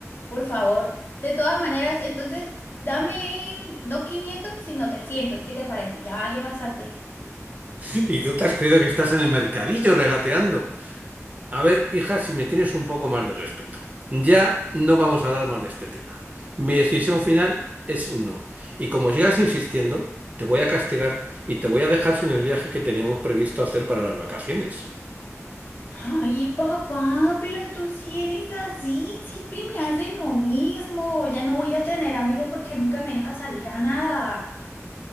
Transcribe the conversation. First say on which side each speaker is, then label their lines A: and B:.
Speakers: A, on the left; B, on the right.
A: Por favor, de todas maneras, entonces dame no 500 sino 300, ¿Qué te parece? Ya bajé bastante.
B: Y tú te has creído que estás en el mercadillo regateando. A ver, hija, si me tienes un poco más de respeto. Ya no vamos a hablar más de este tema. Mi decisión final es no. Y como sigas insistiendo, te voy a castigar y te voy a dejar sin el viaje que teníamos previsto hacer para las vacaciones.
A: Ay, papá, pero tú sí eres así, siempre me haces lo mismo. Ya no voy a tener amigos porque nunca me dejas salir a nada.